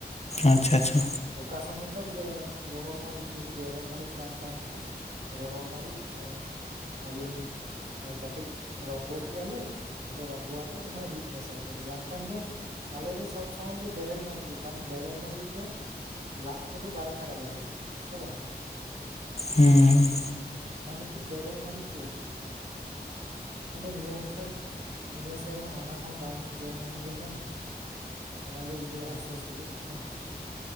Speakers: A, on the left (about 40°); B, on the right (about 80°).
A: ᱟᱪᱪᱷᱟ ᱟᱪᱪᱷᱟ
B: ᱚᱠᱟ ᱥᱚᱢᱚᱭ ᱛᱚ ᱟᱨ ᱨᱚᱦᱚᱲ ᱢᱟᱨᱤᱪ ᱡᱩᱫᱤ ᱵᱮᱨᱮᱞ ᱢᱟᱨᱤᱪ ᱵᱟᱝ ᱛᱟᱦᱮᱱ ᱠᱷᱟᱱ ᱨᱚᱦᱚᱲ ᱢᱟᱨᱤᱪ ᱟᱹᱵᱤᱱ ᱠᱟᱹᱴᱤᱡ ᱨᱚᱝᱜᱚ ᱠᱮᱭᱟᱞᱮ ᱟᱫᱚ ᱨᱚᱝᱜᱚ ᱟᱛᱮᱫ ᱚᱱᱟ ᱨᱤᱫ ᱢᱮᱥᱟ ᱠᱮᱭᱟᱞᱮ ᱵᱟᱝᱠᱷᱟᱱ ᱫᱚᱼᱼ ᱟᱞᱮ ᱫᱚ ᱥᱚᱵᱽ ᱥᱚᱢᱚᱭ ᱜᱮ ᱵᱮᱨᱮᱞ ᱢᱟᱨᱤᱡ ᱜᱮ ᱠᱷᱟᱱ ᱵᱮᱨᱮᱞ ᱢᱟᱨᱤᱡ ᱫᱚ ᱞᱟᱡᱽ ᱠᱚᱫᱚ ᱵᱟᱭ ᱠᱷᱟᱨᱟᱯᱟ ᱵᱮᱥᱤ ᱥᱮ ᱵᱟᱝ?
A: ᱦᱩᱸ
B: ᱚᱱᱟ ᱠᱷᱟᱹᱛᱤᱨ ᱵᱮᱨᱮᱞ ᱢᱟᱨᱤᱪ ᱜᱮ ᱟᱫᱚ ᱱᱤᱭᱟᱹ ᱵᱚᱪᱷᱚᱨ, ᱱᱤᱭᱟᱹ ᱥᱮᱨᱢᱟ ᱚᱱᱟ ᱦᱚᱸ ᱵᱟᱝ ᱡᱚᱢ ᱦᱩᱭ ᱞᱮᱱᱟ ᱾ ᱚᱱᱟᱜᱮ ᱩᱰᱤ ᱟᱯᱥᱳᱥ ᱵᱩᱡᱷᱟᱹᱜ ᱠᱟᱱᱟ ᱾